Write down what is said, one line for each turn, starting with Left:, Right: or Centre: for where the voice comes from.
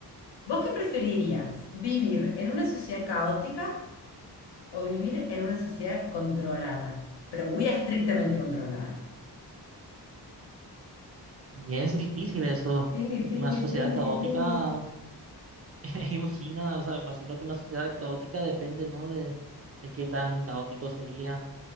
Left: ¿vos qué preferirías? ¿Vivir en una sociedad caótica o vivir en una sociedad controlada, pero muy estrictamente controlada?
Right: Y es difícil eso,
Left: Pingui, pingui,
Right: una sociedad
Left: pingui,
Right: caótica.
Left: pingui.
Right: <laughs> Imagina, o sea, imagino que una sociedad caótica depende, ¿no? De, de qué tan caótico sería,